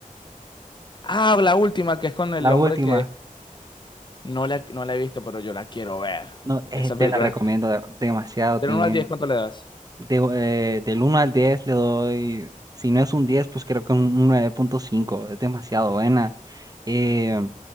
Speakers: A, on the left; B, on the right.
A: Ah, la última, que es con el
B: la
A: hombre
B: última.
A: que no la, no la he visto, pero yo la quiero ver.
B: No, eh,
A: Esa
B: te
A: película.
B: la recomiendo de- demasiado, Tiene
A: Del uno al diez ¿cuánto le das?
B: De, eh, del uno al 10 le doy, si no es un 10 pues creo que un nueve punto cinco es demasiado buena. Eh,